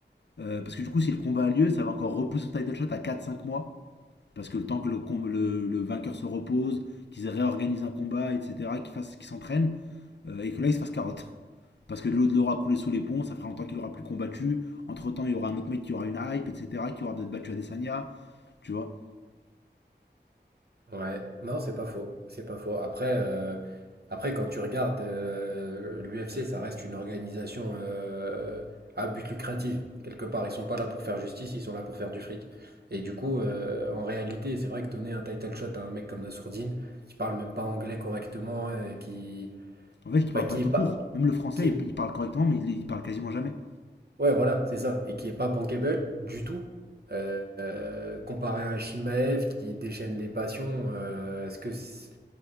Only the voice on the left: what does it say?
euh, parce que du coup, si le combat a lieu, ça va encore repousser son title shot à quatre cinq mois. Parce que le temps que le, com- le, le vainqueur se repose, qu'ils réorganisent un combat, etc., qu'ils fassent- qu'ils s'entraînent, euh, et que là, ils se fassent carotte. Parce que de l'eau de l'aura coulé sous les ponts, ça fera longtemps qu'il aura plus combattu. Entre temps, il y aura un autre mec qui aura une hype, etc., qui aura peut-être battu Adesanya, tu vois.
En fait, il
parle
pas tout
court. Même le français,
il, il parle correctement, mais il, il parle quasiment jamais.